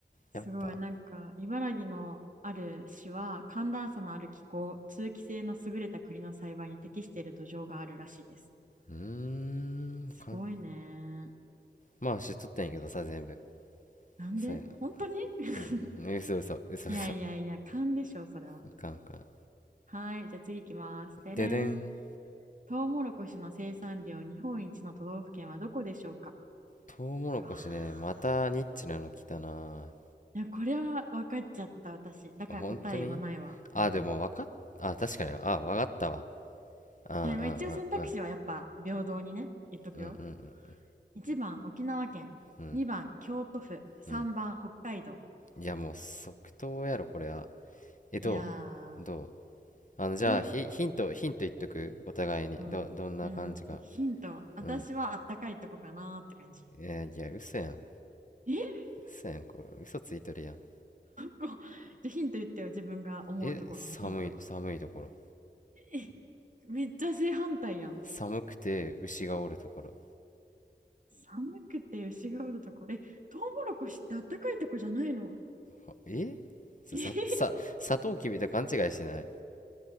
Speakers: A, on the left; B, on the right.
A: やっぱ。
B: すごい、なんか、茨城のある市は、寒暖差のある気候、通気性の優れた栗の栽培に適している土壌があるらしいです。
A: うーん、
B: すごいね。
A: かん、まあ、知っとったんやけどさ、全部。
B: なんで本当に
A: そうやな。
B: <laughs>
A: うんうん、うん嘘嘘、嘘嘘。
B: いやいやいや、勘でしょ、それは。
A: いかんいかん。
B: はい、じゃあ次行きます。てれん。
A: ででん。
B: トウモロコシの生産量日本一の都道府県はどこでしょうか
A: トウモロコシね、
B: わあ。
A: またニッチなの来たな。
B: いや、これは分かっちゃった、私。だから答え言わないわ。
A: 本当にあ、
B: うん。
A: でも分かっ、あ、確かに、あ、分かったわ。うんうんうんうん
B: いや、まあ一応選択肢はやっぱ平等にね、言っとくよ。
A: うんうん
B: 1番沖縄県、
A: うん
B: 2番京都府、3番北海道。
A: うん。いや、もう即答やろ、これは。え、
B: いや
A: どうどうあの、じゃあ、
B: ー、え、
A: ヒ、ヒント、ヒント言っとくお互いに。
B: うん、
A: ど、どんな感じか。
B: うん、ヒント、私はあったかいとこかなーって感じ。
A: うん。えーいや、嘘やん。
B: え
A: 嘘やん、これ。嘘ついとるやん。
B: こうじゃあヒント言ってよ、自分が思うところのヒント。
A: え、寒い、寒いところ。
B: え、めっちゃ正反対やん。
A: 寒くて牛がおるところ。
B: 寒くて牛がおるところ。え、トウモロコシってあったかいとこじゃないの
A: はえさ、
B: えへへ
A: さ、さ、サトウキビと勘違いしてない